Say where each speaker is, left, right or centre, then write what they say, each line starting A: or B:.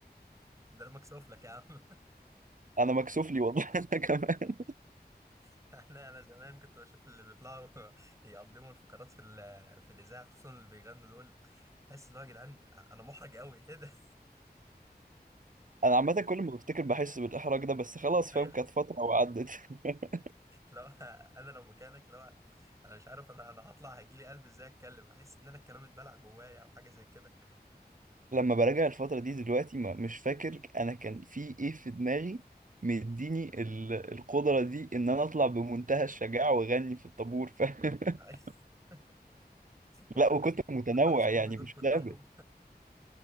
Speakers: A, on the right; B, on the right.
A: ده انا مكسوف لك يا عم
B: أنا مكسوف لي والله <laughs> أنا كمان
A: <laughs> انا انا زمان كنت بشوف اللي بيطلعوا <laughs> يقدموا الفقرات في ال- في الاذاعه خصوصا اللي بيغنوا دول بحس اللي هو يا جدعان انا محرج قوي ايه ده
B: أنا عامة كل ما بفتكر بحس بالإحراج ده بس خلاص
A: <laughs> ايوه
B: فاهم كانت فترة وعدت <laughs>
A: لو انا لو مكانك لو انا مش عارف انا انا هطلع هيجيلي قلب ازاي اتكلم احس ان انا الكلام اتبلع جوايا او حاجه زي كده
B: لما براجع الفترة دي دلوقتي ما مش فاكر أنا كان في إيه في دماغي مديني ال- القدرة دي إن أنا أطلع بمنتهى الشجاعة وأغني في الطابور فاهم
A: <laughs>
B: <laughs>
A: قدام
B: لا وكنت متنوع
A: قدام صحابي
B: يعني
A: دول
B: مش
A: كلهم
B: ثابت